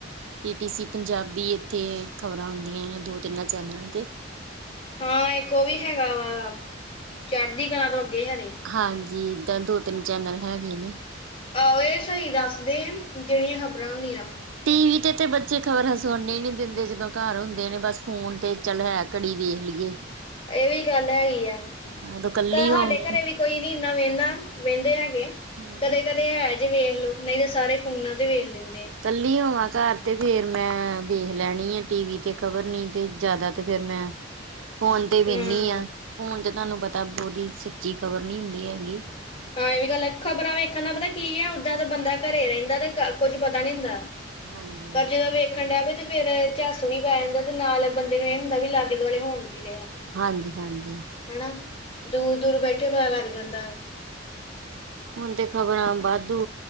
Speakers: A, on the right (about 85°); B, on the left (about 30°).
A: P T C Punjabi ਏਥੇ, ਖ਼ਬਰਾਂ ਔਦੀਆਂ ਨੇ ਦੋ ਤਿੰਨਾਂ ਚੈਨਲਾ਼ ਤੇ।
B: ਹਾਂ, ਏਕ ਉਹ ਵੀ ਹੈਗਾ ਵਾ, ਚਾੜਦੀ ਕਲਾਂ ਤੋਂ ਅੱਗੇ ਹੈਏ।
A: ਹਾਂਜੀ ਇੱਦਾਂ ਦੋ ਤਿੰਨ ਚੈਨਲ ਹੈਗੇ ਨੇ।
B: ਆਹੋ ਇਹ ਸਹੀ ਦੱਸਦੇ ਜਿਹੜੀਆਂ ਖ਼ਬਰਾਂ ਹੁੰਦੀਆਂ।
A: ਟੀ ਵੀ ਤੇ -ਤੇ ਬੱਚੇ ਖ਼ਬਰਾਂ ਸੁਣਨੇ ਨੀ ਦਿੰਦੇ ਜਦੋਂ ਘਰ ਹੁੰਦੇ ਨੇ ਬਸ ਫੋਨ ਤੇ ਚੱਲ ਹੈ। ਘੜੀ ਵੇਖ ਲਈਏ।
B: ਇਹ ਵੀ ਗੱਲ ਹੈਗੀ ਆ।
A: ਹਾਂ ਉਦੋਂ ਕੱਲੀ
B: ਤਾਂ ਸਾਡੇ
A: ਹੋਵੇ
B: ਘਰੇ ਵੀ ਕੋਈ ਨੀ ਇਨਾ ਵਹਿੰਦਾ ਵਹਿੰਦੇ ਹੈਗੇ
A: ਹੂੰ।
B: ਕਦੇ ਕਦੇ ਹੈ ਜੇ ਵੇਖ ਲੋ ਨਹੀਂ ਤਾਂ ਸਾਰੇ ਫੋਨਾਂ ਤੇ ਵੇਖ ਲੈਂਦੇ।
A: ਕੱਲੀ ਹੋਵਾਂ ਘਰ ਤੇ ਫੇਰ ਮੈਂ ਵੇਖ ਲੈਣੀ ਆ ਟੀ ਵੀ ਤੇ ਖ਼ਬਰ ਨੀ ਤੇ ਜ਼ਿਆਦਾ ਤੇ ਫਿਰ ਮੈਂ ਫੋਨ ਤੇ ਵਹਿੰਦੀ
B: ਹਾਂ
A: ਆ ਫੋਨ ਤੇ ਤੁਹਾਨੂੰ ਪਤਾ ਪੂਰੀ ਸੱਚੀ ਖ਼ਬਰ ਨੀ ਹੁੰਦੀ ਹੈਗੀ
B: ਹਾਂ ਇਹ ਵੀ ਗੱਲ ਹੈ ਖ਼ਬਰਾਂ ਵੇਖਣ ਦਾ ਪਤਾ ਕੀ ਹੈ ਓਦਾਂ ਦਾ ਬੰਦਾ ਘਰੇ ਰਹਿੰਦਾ ਤੇ ਕੁੱਝ ਪਤਾ ਨੀ ਹੁੰਦਾ।
A: ਹਾਂਜੀ,
B: ਪਰ ਜਦੋਂ ਵੇਖਣ ਡਵੇ ਤੇ ਫੇਰ ਝੱਸ ਵੀ ਪੈ ਜਾਂਦਾ ਤੇ ਨਾਲ ਬੰਦੇ ਨੂੰ ਇਹ ਹੁੰਦਾ ਵੀ ਲਾਗੇ ਦੁਆਲੇ ਹੋਣ ਕੀ ਡਿਆ।
A: ਹਾਂਜੀ, ਹਾਂਜੀ
B: ਹਨਾ ਦੂਰ-ਦੂਰ ਬੈਠੇ ਪਤਾ ਲੱਗ ਜਾਂਦਾ।
A: ਹੁਣ ਤੇ ਖ਼ਬਰਾਂ ਵਾਧੂ